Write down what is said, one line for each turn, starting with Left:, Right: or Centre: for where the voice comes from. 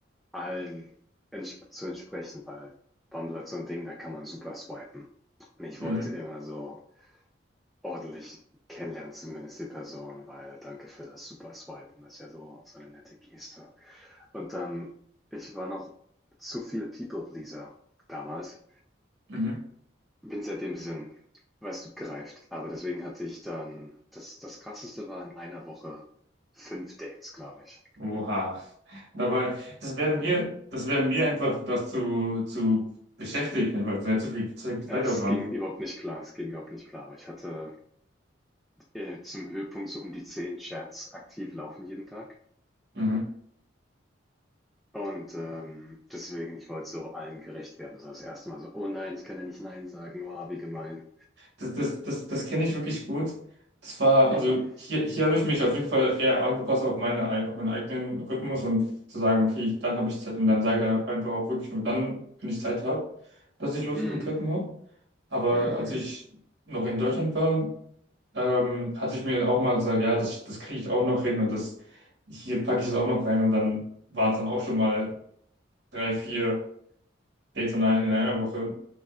Centre: allen ents zu entsprechen, weil Bumble hat so ein Ding, da kann man super swipen. Und ich
Right: Mhm,
Centre: wollte immer so ordentlich kennenlernen, zumindest die Person, weil danke für das super Swipen, das ist ja so, so eine nette Geste. Und dann, ich war noch zu viel People-Pleaser damals,
Right: mhm.
Centre: bin seitdem ein bisschen, weißt du, gereift. Aber deswegen hatte ich dann, das, das krasseste war in einer Woche fünf Dates, glaube ich.
Right: Oha. Dabei, das wäre mir, das wäre mir einfach das zu, zu beschäftigt, einfach sehr zu viel Zeit, Zeitaufwand.
Centre: Es ging überhaupt nicht klar, es ging überhaupt nicht klar. Ich hatte äh, zum Höhepunkt so um die zehn Chats aktiv laufen jeden Tag.
Right: Mhm.
Centre: Und, ähm, deswegen, ich wollte so allen gerecht werden. Das das erste Mal so: „Oh nein, ich kann ja nicht nein sagen. Oh, wie gemein.
Right: Das, das, das, das kenne ich wirklich gut. Das war, also
Centre: Mm,
Right: hier, hier habe ich mich auf jeden Fall eher angepasst auf meine, ei- auf meinen eigenen Rhythmus und zu sagen, okay, ich- dann habe ich Zeit und dann sage ich einfach auch wirklich nur dann, wenn ich Zeit habe, dass ich Lust
Centre: mm,
Right: auf einen Treppen habe. Aber
Centre: mhm,
Right: als ich noch in Deutschland war, ähm, hatte ich mir auch mal gesagt, ja, das, das kriege ich auch noch hin und das, hier packe ich das auch noch rein und dann waren es dann auch schon mal drei, vier Dates in einer, in einer Woche.